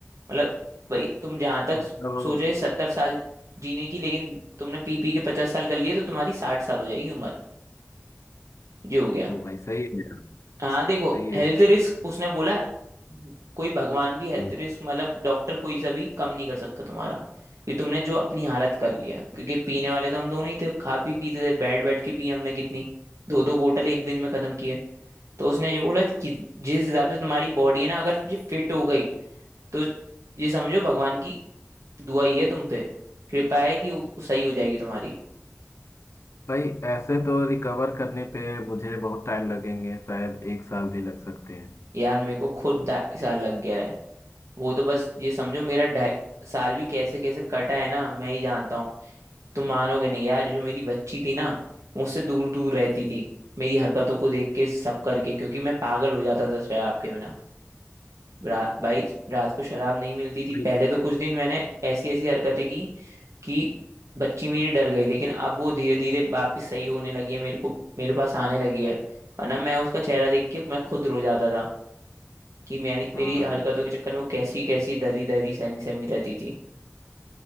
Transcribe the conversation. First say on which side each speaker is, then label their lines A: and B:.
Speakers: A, on the right; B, on the left.
A: मतलब भाई तुम जहां तक
B: मतलब
A: सोच रहे सत्तर साल जीने की लेकिन तुमने पी पी के पचास साल कर लिए तो तुम्हारी साठ साल हो जाएगी उम्र जी हो गया
B: ओ भाई सही है
A: हाँ देखो
B: सही
A: हेल्थ
B: है
A: रिस्क उसने बोला कोई भगवान भी हेल्थ
B: हम्म।
A: रिस्क मतलब डॉक्टर कोई सा भी कम नहीं कर सकता तुम्हारा कि तुमने जो अपनी हालत कर लिया क्योंकि पीने वाले तो हम दोनों ही थे खा पी पीते थे बैठ बैठ के पिए हमने कितनी दो दो बोतल एक दिन में खत्म की है तो उसने ये बोला कि जिस हिसाब से तुम्हारी बॉडी है ना अगर ये फिट हो गई तो ये समझो भगवान की दुआ ही है तुम पे कृपा है कि वो सही हो जाएगी तुम्हारी
B: भाई ऐसे तो रिकवर करने पे मुझे बहुत टाइम लगेंगे शायद एक साल भी लग सकते हैं
A: यार मेरे को खुद ढाई साल लग गया है वो तो बस ये समझो मेरा ढाई साल भी कैसे कैसे कटा है ना मैं ही जानता हूँ तुम मानोगे नहीं यार जो मेरी बच्ची थी ना मुझसे दूर दूर रहती थी मेरी हरकतों को देख के सब करके क्योंकि मैं पागल हो जाता था शराब के बिना रात भाई रात को शराब नहीं मिलती थी
B: भाई
A: पहले तो कुछ दिन मैंने ऐसी ऐसी हरकतें की कि बच्ची मेरी डर गई लेकिन अब वो धीरे धीरे वापस सही होने लगी है मेरे को मेरे पास आने लगी है और ना मैं उसका चेहरा देख के मैं खुद रो जाता था कि मैंने मेरी
B: हाँ
A: हरकतों के चक्कर में वो कैसी कैसी डरी डरी सहमी सहमी रहती थी